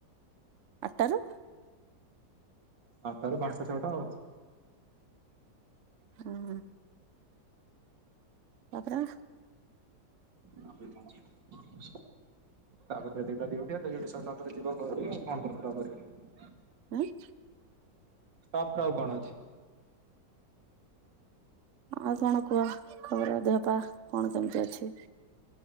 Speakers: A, on the right; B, on the right.
A: ଆଠଟାରୁ
B: ଆଟାରୁ ପାଞ୍ଚଟା ଛଅଟା ଆଉ।
A: ହଁ। ତାପରେ?
B: ତାପରେ କଣ? ତାକୁ କେତେଟା <unintelligible> ଦିଉଠି ସରିଲା ପରେ ଯିବ ଘରୁ କନ୍ତା <unintelligible>
A: ହଁ
B: ଅପ ର ଆଉ କଣ ଅଛି।
A: ଆଉ କଣ କୁହ ଖବର ଦେହ ପା କଣ କେମିତି ଅଛି?